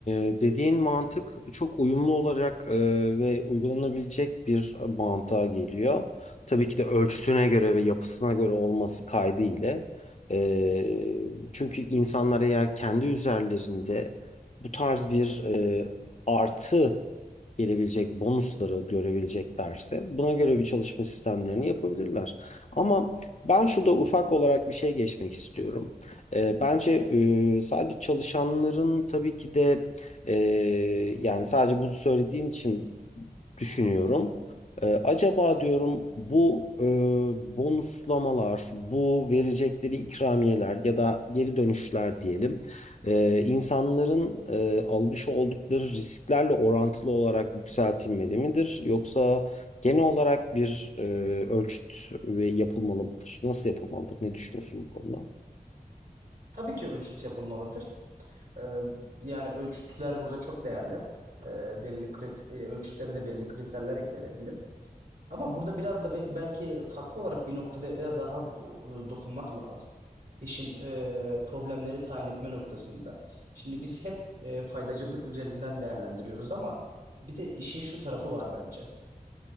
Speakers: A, on the left; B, on the right.
A: e, dediğin mantık çok uyumlu olarak e, ve uygulanabilecek bir mantığa geliyor. Tabii ki de ölçüsüne göre ve yapısına göre olması kaydı ile. E, çünkü insanlar eğer kendi üzerlerinde bu tarz bir e, artı gelebilecek bonusları görebileceklerse buna göre bir çalışma sistemlerini yapabilirler. Ama ben şurada ufak olarak bir şey geçmek istiyorum. Ee, bence e, sadece çalışanların tabii ki de e, yani sadece bunu söylediğin için düşünüyorum. Ee, acaba diyorum bu e, bonuslamalar, bu verecekleri ikramiyeler ya da geri dönüşler diyelim, e, insanların e, almış oldukları risklerle orantılı olarak yükseltilmeli midir? Yoksa genel olarak bir e, ölçüt ve yapılmalı mıdır? Nasıl yapılmalıdır? Ne düşünüyorsun bu konuda?
B: Tabii ki ölçüt yapılmalıdır. Ee, yani ölçütler burada çok değerli. Ee, belli krit e, ölçütlere de belli kriterler eklenebilir. Ama burada biraz da bir- belki farklı olarak bir noktada daha e, dokunmak lazım. İşin e, problemleri tayin etme noktasında. Şimdi biz hep e, faydacılık üzerinden değerlendiriyoruz ama bir de işin şu tarafı var bence.